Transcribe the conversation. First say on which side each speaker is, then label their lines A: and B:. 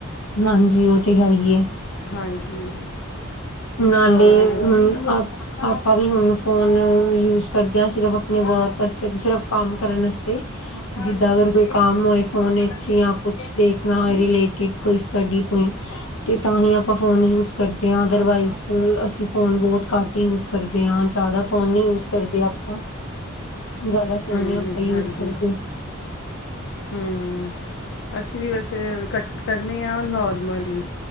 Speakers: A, on the left; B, on the left.
A: ਹਾਂਜੀ ਉਹ ਤੇ ਈ ਏ
B: ਹਾਂਜੀ
A: ਨਾਲੇ
B: ਔਰ
A: ਹੁਨ ਆ ਆਪਾ ਵੀ ਹੁਨ ਫੋਨ ਯੂਜ ਕਰਦਿਆਂ ਸਿਰਫ ਆਪਣੇ ਵਰਕ ਅਸਤੇ ਸਿਰਫ ਕੰਮ ਕਰਨ ਅਸਤੇ ਅਗਰ ਕੋਈ ਕੰਮ ਹੋਏ ਫੋਨ ਆ ਕੁਛ ਦੇਖਣਾ ਹੋਏ ਰੀਲੇਟਿਡ ਕੋਈ ਸਟੱਈ ਤੋਈ ਤੇ ਤਾਂ ਹੀ ਆਪਾਂ ਫੋਨ ਯੂਸ ਕਰਦੇ ਆ ਅਦਰਵਾਈਸ ਅਸੀ ਫੋਨ ਬਹੁਤ ਘੱਟ ਯੂਸ ਕਰਦੇ ਆ ਜਾਦਾ ਫੋਨ ਨੀ ਯੂਸ ਕਰਦੇ ਆਪਾਂ ਜ਼ਿਆਦਾ ਫੋਨ
B: ਹਮ
A: ਨੀ ਆਪਾਂ
B: ਹਮ
A: ਯੂਜ
B: ਹਾਂਜੀ
A: ਕਰਦੇ
B: ਹਮ ਅਸੀਂ ਵੀ ਵੈਸੇ ਕਰਨੇ ਆ ਨੋਰਮਲੀ